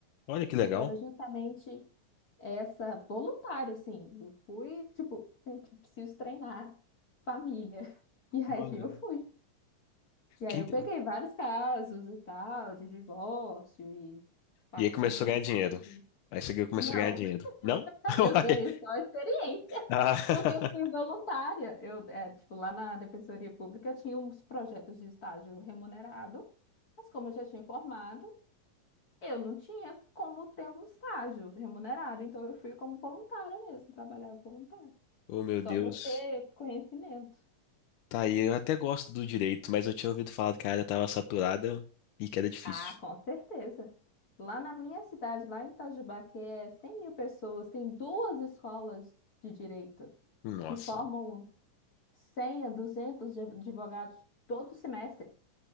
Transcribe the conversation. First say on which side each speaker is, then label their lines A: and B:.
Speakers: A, on the left; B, on the left.
A: olha que legal.
B: porque era justamente essa, voluntário, assim. Eu fui, tipo, gente, preciso treinar família. <laughs> E aí
A: Olha.
B: eu fui. E aí
A: Que inte-
B: eu peguei vários casos e tal, de divórcio e partilha
A: E aí começou
B: de
A: a ganhar
B: bens.
A: dinheiro. Aí você começou
B: Não,
A: a ganhar dinheiro.
B: <laughs>
A: Não? <laughs>
B: eu
A: Uai.
B: ganhei só a experiência,
A: Ah,
B: porque eu fui voluntária. Eu, é, tipo, lá na Defensoria Pública tinha uns projetos de estágio remunerado, mas como eu já tinha formado, eu não tinha como ter um estágio remunerado, então eu fui como voluntária mesmo, trabalhava voluntária,
A: <laughs> oh meu
B: só
A: Deus.
B: para ter conhecimento.
A: Tá aí, eu até gosto do direito, mas eu tinha ouvido falar que a área tava saturada e que era difícil.
B: Ah, com certeza. Lá na minha cidade, lá em Itajubá, que é 100 mil pessoas, tem duas escolas de direito
A: Nossa,
B: que formam 100 a 200 de- advogados todo semestre.